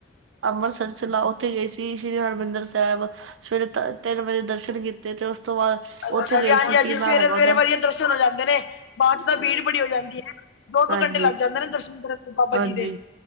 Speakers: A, on the right; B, on the left.
A: ਅੰਮ੍ਰਿਤਸਰ ਚਲਾ ਓਥੇ ਗਏ ਸੀ, ਸ਼੍ਰੀ ਹਰਿਮਿੰਦਰ ਸਾਹਿਬ ਸਵੇਰੇ ਤ ਤਿੰਨ ਵਜੇ ਦਰਸ਼ਨ ਕੀਤੇ ਤੇ ਉਸ ਤੋਂ ਬਾਅਦ
B: ਅੱਛਾ
A: ਓਥੇ ਗਏ
B: ਜੀ ਹਾਂਜੀ
A: ਸੀ
B: ਹਾਂਜੀ
A: ਕਿ ਨਾਮ
B: ਸਵੇਰੇ
A: ਹੈਗਾ
B: ਸਵੇਰੇ
A: ਓਦਾ?
B: ਵਧੀਆ ਦਰਸ਼ਨ ਹੋ ਜਾਂਦੇ ਨੇ ਬਾਅਦ ਚ ਤਾਂ ਭੀੜ ਬੜੀ ਹੋ ਜਾਂਦੀ ਏ, ਦੋ -ਦੋ
A: ਹਾਂਜੀ,
B: ਘੰਟੇ ਲੱਗ ਜਾਂਦੇ ਨੇ ਦਰਸ਼ਨ ਕਰਨ ਨੂੰ। ਬਾਬਾ
A: ਹਾਂਜੀ
B: ਜੀ ਦੇ